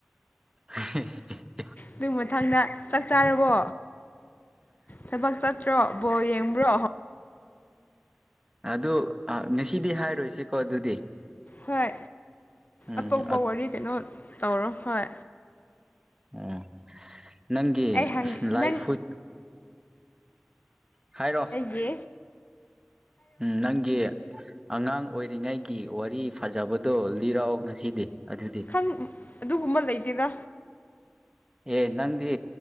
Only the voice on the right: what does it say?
<inaudible>
ꯑꯗꯣ ꯉꯁꯤꯗꯤ ꯍꯥꯏꯔꯣꯏꯁꯤꯀꯣ ꯑꯗꯨꯗꯤ꯫
ꯎꯝ
ꯑꯣ ꯅꯪꯒꯤ
ꯂꯥꯏ
ꯍꯨꯠ ꯍꯥꯏꯔꯣ
ꯎꯝ ꯅꯪꯒꯤ ꯑꯉꯥꯡ ꯑꯣꯏꯔꯤꯉꯩꯒꯤ ꯋꯥꯔꯤ ꯐꯖꯕꯗꯣ ꯂꯤꯔꯛꯑꯣ ꯉꯁꯤꯗꯤ ꯑꯗꯨꯗꯤ꯫
ꯑꯦ ꯅꯪꯗꯤ